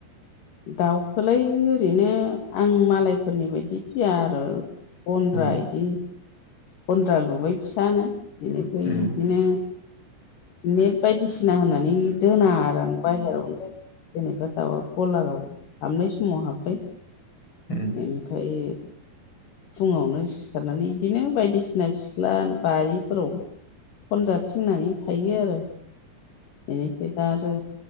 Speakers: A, on the left; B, on the left.
A: दाउखौलाय ओरैनो आं मालायफोरनि बायदि फिया आरो गन्द्रा
B: उम
A: बिदि गन्द्रा लुबाय फिसानो बेनिफ्राय
B: उम
A: बिदिनो नेट बायदिसिना होननानै दोना आरो आं बाहेरावनो दोनो जेनेबा दाउआ कलाराव हाबनाय समाव हाबबाय
B: उम
A: ओमफ्राय फुङावनो सिखारनानै बिदिनो बायदिसिना सिथ्ला बारिफोराव खनजा थिंनानै थायो आरो बेनिफ्राय दा आरो